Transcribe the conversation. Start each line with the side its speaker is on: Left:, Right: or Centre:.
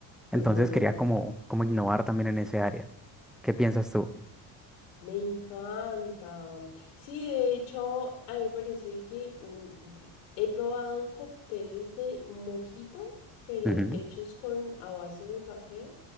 Centre: Entonces
Left: <laughs> ujú,
Centre: quería como, como innovar también en ese área. ¿Qué piensas tú?
Left: Me encanta. Sí, de hecho, a mí me parece que un... he probado cócteles de mojito, pero
Centre: Ujú.
Left: hechos con a base de café